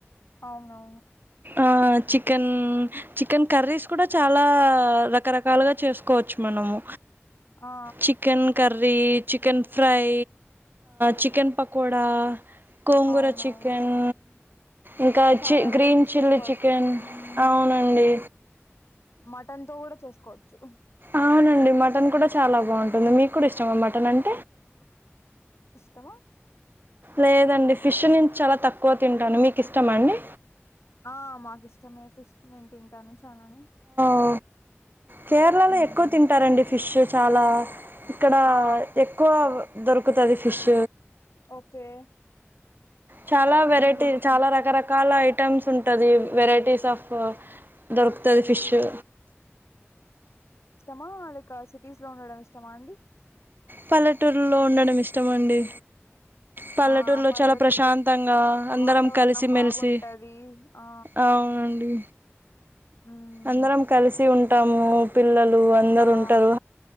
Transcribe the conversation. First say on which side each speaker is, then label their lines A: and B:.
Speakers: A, on the left (about 70°); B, on the right (about 45°).
A: అవునా
B: ఆచికెన్ చికెన్ కర్రీస్ కూడా చాలా రకరకాలుగా చేసుకోవచ్చు మనము
A: ఆ
B: chicken curry chicken fry chicken pakoda gongura
A: అవునవును
B: చికెన్ ఇంకా
A: చానా
B: చి గ్రీన్
A: వెరైటీస్
B: చిల్లీ
A: చేసుకోవచ్చు
B: చికెన్
A: ఉమ్
B: అవునండి
A: మటన్ తో కూడా చేసుకోవచ్చు
B: అవునండి మటన్ కూడా చాలా బాగుంటుంది మీకు కూడా ఇష్టం మటన్ అంటే
A: తమ
B: లేదండి ఫిష్ నుంచి చాలా తక్కువ తింటాను మీకు ఇష్టమ అండి
A: ఆ మాకు ఇష్టమేతే ఇష్టంగ తింటాను చాలాని
B: ఆ కేరళలో
A: ఉమ్
B: ఎక్కువ తింటారండి ఫిష్ చాలా ఇక్కడ
A: ఆ
B: ఎక్కువ దొరుకుతది ఫిష్
A: ఓకే
B: చాలా వెరైటీ
A: ఉమ్
B: చాలా రకరకాల ఐట ఐటమ్స్ ఉంటది వెరైటీస్ ఆఫ్ ఇ దొరుకుతుది ఫిషు
A: మాలైక సిటీస్ లో ఉండడం ఇష్టమా అండి
B: పల్లెటూరులో ఉండడం ఇష్టమ అండి పల్లెటూరులో
A: ఆ పల్లెటూరులో
B: చాలా ప్రశాంతంగా అందరం
A: వాతావరణం
B: కలిసిమెలిసి
A: బాగుంటది ఆ
B: అవునండి
A: ఉమ్
B: అందరం కలిసి ఉంట అంటాము పిల్లల్ ఉ అందరు
A: ఆ
B: ఉంటారు